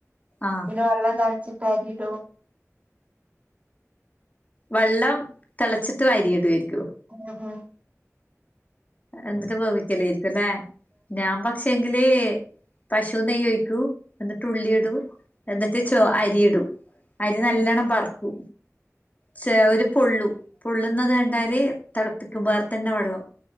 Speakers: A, on the left; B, on the right.
A: ആഹ്
B: പിന്നെ വള്ളം തൾച്ചിട്ട് അരിടും
A: വള്ളം തളച്ചിട്ട് വാരി ഇടുവായിരിക്കും
B: ഉം
A: എന്ന്ട്ട് വേവിക്കലേരിക്കുല്ലേ ഞാൻ പക്ഷേങ്കില് പശു നെയ്യ ഒഴിക്കൂ എന്നിട്ട് ഉള്ളി ഇടൂ എന്നട്ട് ചോ അരിയിടൂ അരി നല്ലണം
B: ഉം
A: പറക്കൂ ചേ ഒരു പൊള്ളു പൊള്ളുന്നത് കണ്ടാല് തളപ്പിക്കും വേറെ തന്നെ വെള്ളം